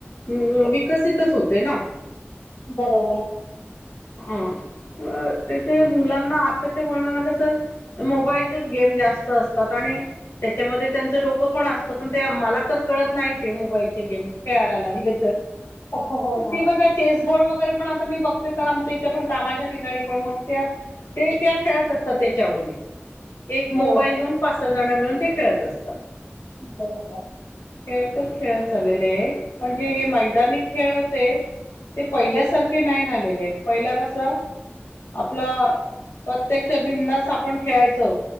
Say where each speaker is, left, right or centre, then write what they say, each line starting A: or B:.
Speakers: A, on the left; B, on the left.
A: हम् हम् विकसितच होते ना
B: बरोबर.
A: हम्. तेथे मुलांना, आताच्या मुलांना कसं मोबाईलचेच गेम जास्त असतात आणि त्याच्यामध्ये त्यांचं डोकं पण असतं पण ते मला तर कळत नाही ते मोबाईलचे गेम खेळायला लागले
B: हो ना
A: ती बघा चेसबोर्ड वर तरी पण आता मी बघते तर आमच्या इथे पण कामाच्या ठिकाणी पण मग त्यात ते त्या खेळत असतात त्याच्यामध्ये एक मोबाईल
B: हो
A: घेऊन पाच, सहा जण मिळून ते खेळत असतात.
B: बरोबर.
A: खेळ तर खेळच झालेले आहे, पण जे हे मैदाानी खेळ होते ते पहिल्यासारखे नाही राहीलेले आहेत, पहिल कस आपलं प्रत्यक्ष बिनधास्त आपण खेळायचो.